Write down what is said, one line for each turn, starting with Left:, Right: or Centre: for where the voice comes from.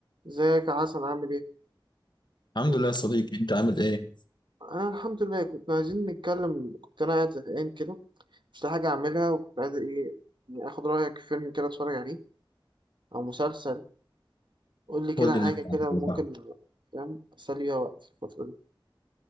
Right: ازيك يا حسن عامل ايه؟
Left: الحمد
Right: كنت
Left: لله يا صديقي انت عامل ايه؟
Right: انا الحمد لله كنت عايزين نتكلم كنت انا قاعد زهقان كده مش لاقي حاجه اعملها وكنت عايز ايه يعني اخد رايك في فيلم كده اتفرج عليه او مسلسل قول لي كده
Left: هو ده
Right: حاجه
Left: اللي انت
Right: كده
Left: عايزه
Right: ممكن فاهم اسلي بيها وقت في الفتره دي